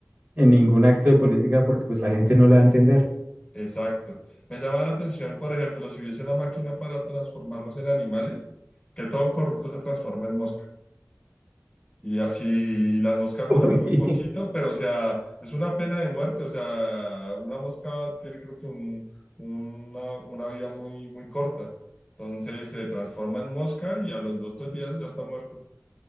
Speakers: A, on the right; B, on the left.
A: en ningún acto de política porque pues la gente no le va a entender.
B: Exacto. Me llama la atención, por ejemplo, si hubiese una máquina para transformarlos en animales, que todo corrupto se transforma en mosca. Y así las moscas
A: <laughs>
B: duran
A: Uy,
B: muy poquito, pero o sea, es una pena de muerte. O sea, una mosca tiene creo que un, una, una vida muy, muy corta. Entonces se transforma en mosca y a los dos, tres días ya está muerta.